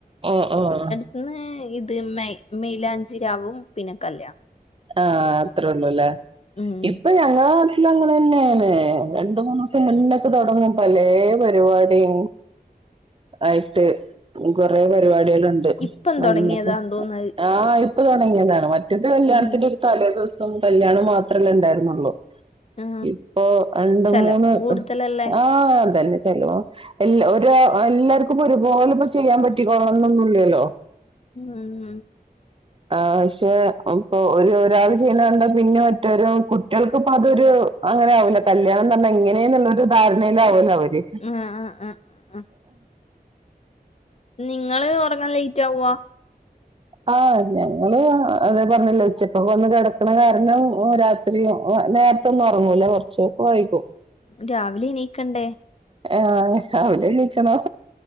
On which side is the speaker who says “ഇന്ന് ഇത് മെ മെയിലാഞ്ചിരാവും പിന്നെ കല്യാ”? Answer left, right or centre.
Left